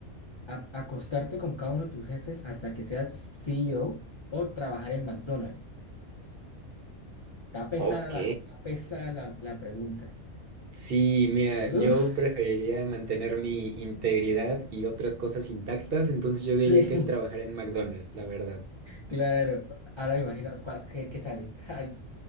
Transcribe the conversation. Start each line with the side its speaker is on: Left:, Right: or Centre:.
Left: ¿A- ¿Acostarte con cada uno de tus jefes hasta que seas CEO o o trabajar en McDonald's? Está pesada
Right: Ok.
Left: la, está pesada la, la pregunta.
Right: Sí, mira,
Left: Uf,
Right: yo preferiría mantener mi integridad y otras cosas intactas, entonces yo
Left: <laughs> sí,
Right: diría que trabajar en McDonald's, la verdad.
Left: claro. Ahora me imagino cuál- qué, qué sale. Ay,